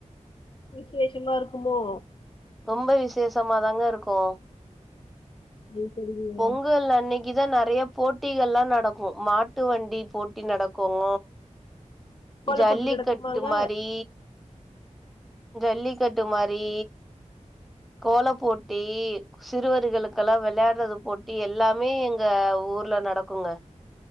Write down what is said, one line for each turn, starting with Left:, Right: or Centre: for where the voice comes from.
Left: விசேஷமா இருக்குமோ
Centre: ரொம்ப விசேஷமாதாங்க இருக்கும்
Left: சரி சரிங்க
Centre: பொங்கல் அன்னிக் கிதா நறைய போட்டிகள்லாம் நடக்கும் மாட்டு வண்டி போட்டி நடக்கும்
Left: கோல
Centre: ஜல்லிக்கட்டு
Left: போட்டி நடக்குமாங்க
Centre: மாரி ஜல்லிக்கட்டு மாரி கோலப் போட்டி சிறுவர்களுக்கெல்லாம் விளையாடுறது போட்டி எல்லாமே எங்க ஊர்ல நடக்குங்க